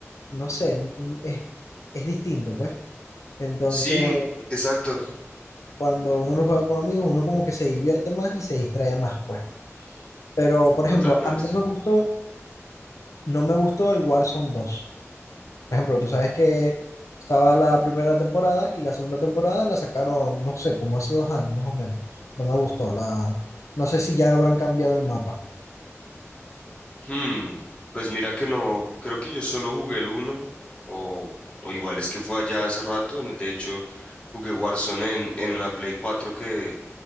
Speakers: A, on the left (about 80°); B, on the left (about 20°).
A: no sé, n- es, es distinto, pues. Entonces,
B: Sí, exacto,
A: cuando uno lo juega con amigos, uno como que se divierte más y se distrae más, pues. Pero, por
B: totalmente.
A: ejemplo, a mí no me gustó, no me gustó el Warzone dos Por ejemplo, tú sabes que estaba la primera temporada y la segunda temporada la sacaron, no sé, como hace dos años más o menos. No me gustó la... No sé si ya habrán cambiado el mapa.
B: Hmm, pues mira que no, creo que yo solo jugué el uno o, o igual es que fue allá hace rato, en- de hecho jugué Warzone en, en una Play 4 que,